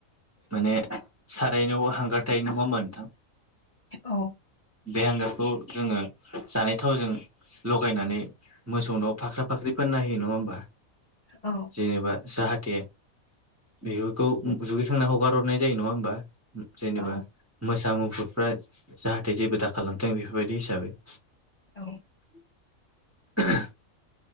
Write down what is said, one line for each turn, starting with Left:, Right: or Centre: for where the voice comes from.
Right: माने सारायनो' हांगारथायायो नङामोन नोंथां
Left: औ
Right: बे हांगारखौ जोङो जानाय थावजों लगायनानै मोसौ द'आव फाख्रा फाख्रि फानना होयो नङा होमबा
Left: औ
Right: जेनेबा जाहाथे बेफोरखौ जुगैखांनानै हगार हरनाय जायो नङा होमबा जेनेबा
Left: औ
Right: मोसा मुफुरफ्रा जाहाथे जेबो दा खालामथों बेफोरबायदि हिसाबै
Left: औ
Right: <unintelligible>